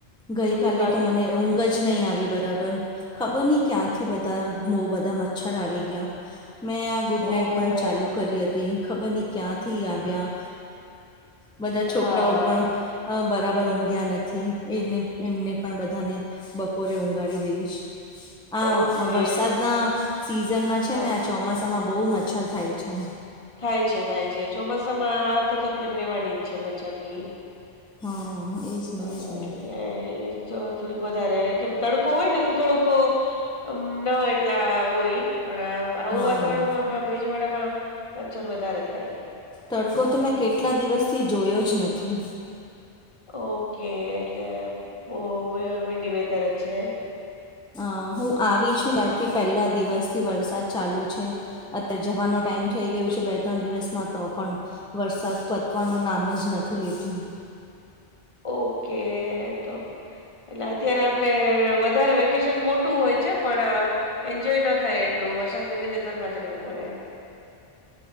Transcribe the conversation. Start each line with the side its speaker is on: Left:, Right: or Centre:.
Centre: ગઈ
Left: શું
Centre: કાલે
Left: કે બાકી
Centre: તો મને ઊંઘ જ નહી આવી બરાબર. ખબર નહી ક્યાંથી બધા બો બધા મચ્છર આવી ગયા. મેં આ ગુડ
Left: ઓહ
Centre: નાઈટ પણ ચાલુ કરી હતી ખબર નહી ક્યાંથી આવ્યા. બધા છોકરાઓ
Left: હા હા
Centre: પણ બરાબર ઊંઘ્યા નથી. એને એમને પણ બધાને બપોરે ઊંઘાડી દઈશ. આ
Left: ઓકે
Centre: વરસાદના સિઝનમાં છે
Left: હા
Centre: ને આ ચોમાસામાં બહુ મચ્છર થાય છે.
Left: થાય છે, થાય છે ચોમાસામાં આ તો તકલીફ રેહવાની જ છે, મચ્છરની.
Centre: હા એ જ
Left: તો
Centre: ને એ જ
Left: એટલે
Centre: ને
Left: જો થોડીક વધારે કેમ તડકો હોય ને તો થોડુંક ન હો એટલા હોય. પણ આવું
Centre: હા
Left: વાતાવરણ આમાં ભેજવાળામાં મચ્છર વધારે થાય.
Centre: તડકો તો મેં કેટલા દિવસથી જોયો જ નથી.
Left: ઓકે એટલે બહુ વીંડી વેધર જ છે.
Centre: અ હું આવી છું ત્યારથી પેહલા દિવસથી વરસાદ ચાલુ છે. અત્યારે જવાનો ટાઈમ થઈ ગયયો છે બે ત્રણ દિવસમાં તો પણ વરસાદ પતવાનું નામ જ નથી લેતું.
Left: ઓકે, તો એટલે અત્યારે આપડે વધારે વે કેશન મોટું હોય છે પણ એન્જોય ન થાય એટલું વરસાદને લીધે ઘરમાં જ રહેવું પડે.